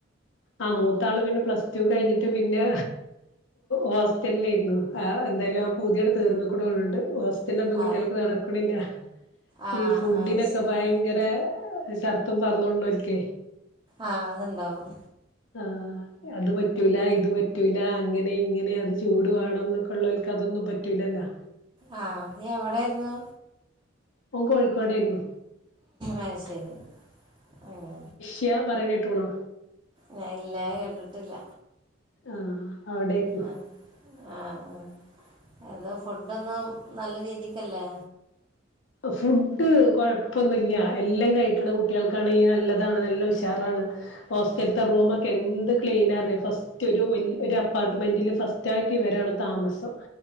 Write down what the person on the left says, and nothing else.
ആ മൂത്താള് പിന്നെ പ്ലസ് ടു കഴിഞ്ഞിട്ട് പിന്നെ ഹോസ്റ്റലരുന്നു ആഹ് എന്തായാലും ആ പുതിങ്ങട്ട് തീർന്നക്കണുണ് ണ്ട് ഹോസ്റ്റലൊന്നും കുട്ടികൾക്ക്
നടക്കണില്ല
ഈ ഫുഡിനൊക്കെ
ഭയങ്കര ശർത്തുംഫർളും ഉള്ളഓൽക്
ആഹ് അത് പറ്റൂല ഇത്പ റ്റൂല അങ്ങനെ, ഇങ്ങനെ അത് ചൂട് വണം എന്നൊള്ളൊൽക്ക്‌ അതൊന്നും പറ്റൂലല്ലോ
ഓൻ കോഴിക്കോടരുന്നു
ക്യാ പറഞ്ഞിട്ടുണോ
ആഹ് അവിടേര്ന്നു
ഫുഡ് കൊഴപ്പൊന്നില്ല എല്ലാം കഴിക്കണ കുട്ടികൾക്കാണെങ്കി നല്ലതാണ് നല്ല ഉഷാറാണ് ഹോസ്റ്റലിലത്തെ റൂമക്കെ എന്ത് ക്ലീന അറിയോ ഫസ് റ്റ് ഒരു അപ്പാർട്ട്മെന്റില് ഫസ്റ്റ് ആയിട്ട് ഇവരാണ് താമസം